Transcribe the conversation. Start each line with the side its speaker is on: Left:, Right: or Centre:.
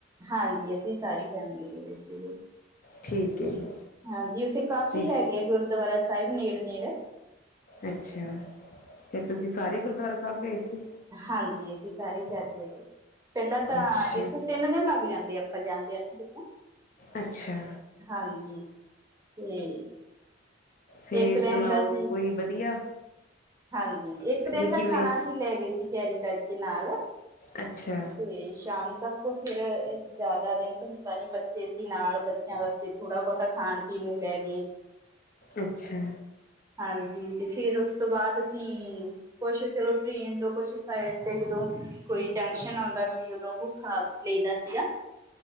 Right: ਹਾਂਜੀ ਅਸੀਂ ਸਾਰੀ ਫੈਮਿਲੀ ਗਏ ਹੋਏ ਸੀਗੇ।
Left: ਠੀਕ ਏ ਜੀ।
Right: ਹਾਂਜੀ ਉੱਥੇ ਕਾਫੀ
Left: ਤੇ
Right: ਹੈਗੇ ਆ ਗੁਰਦੁਆਰਾ ਸਾਹਿਬ ਨੇੜ-ਨੇੜ
Left: ਅੱਛਾ ਫਿਰ ਤੁਸੀ ਸਾਰੇ ਗੁਰਦੁਆਰਾ ਸਾਹਿਬ ਗਏ ਸੀ।
Right: ਹਾਂਜੀ ਅਸੀਂ ਸਾਰੇ ਜਾਕੇ ਆਕੇ ਪੈਲਾਂ ਤਾਂ
Left: ਅੱਛਾ
Right: ਇੱਥੋਂ ਤਿੰਨ ਦਿਨ ਲੱਗ ਜਾਂਦੇ ਆ। ਪਰ ਜਾਂਦੇ ਆ ਨਾ ਜਦੋਂ
Left: ਅੱਛਾ
Right: ਹਾਂਜੀ ਤੇ
Left: ਫੇਰ
Right: ਇੱਕ ਦਿਨ
Left: ਸੁਣਾਓ
Right: ਦਾ ਸੀ
Left: ਕੋਈ ਵਧੀਆ
Right: ਹਾਂਜੀ ਇੱਕ ਦਿਨ
Left: ਵੀ
Right: ਦਾ
Left: ਕਿਵੇਂ
Right: ਖਾਣਾ ਅਸੀ ਲੈ ਗਏ ਸੀ ਕੈਰੀ ਕਰਕੇ ਨਾਲ
Left: ਅੱਛਾ
Right: ਤੇ ਸ਼ਾਮ ਤੱਕ ਫੇਰ ਜਾਦਾ ਦਿਨ ਤਾਂ ਹੁੰਦਾ ਨੀ ਬੱਚੇ ਸੀ ਨਾਲ ਬੱਚਿਆਂ ਵਾਸਤੇ ਤੇ ਥੋੜਾ-ਬਹੁਤਾ ਖਾਣ-ਪੀਣ ਨੂੰ ਲੈ ਗੇ।
Left: ਅੱਛਾ
Right: ਹਾਂਜੀ ਤੇ ਫੇਰ ਉਸ ਤੋਂ ਬਾਦ ਅਸੀਂ ਕੁਛ ਚਲੋ ਟ੍ਰੇਨ ਤੋਂ ਕੁਛ ਸਾਈਡ ਤੇ ਜਦੋਂ ਕੋਈ ਜੰਕਸ਼ਨ ਆਉਂਦਾ ਸੀ ਉਦੋਂ ਉਹ ਖਾ-ਪੀ ਲਈ ਦਾ ਸੀਗਾ।